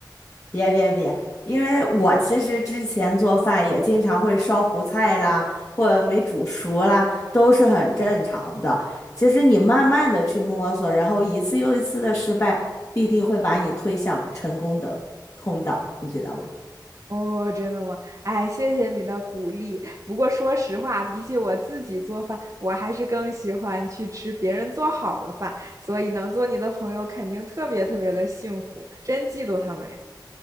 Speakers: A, on the left (about 40°); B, on the right (about 45°).
A: 别别别，因为我其实之前做饭也经常会烧糊菜啦，或者没煮熟啦，都是很正常的。其实你慢慢的去摸索，然后一次又一次的失败，必定会把你推向成功的通道，你知道吗？
B: 哦，真的吗？哎，谢谢你的鼓励。不过说实话，比起我自己做饭，我还是更喜欢去吃别人做好的饭。所以能做你的朋友，肯定特别特别的幸福，真嫉妒他们呀！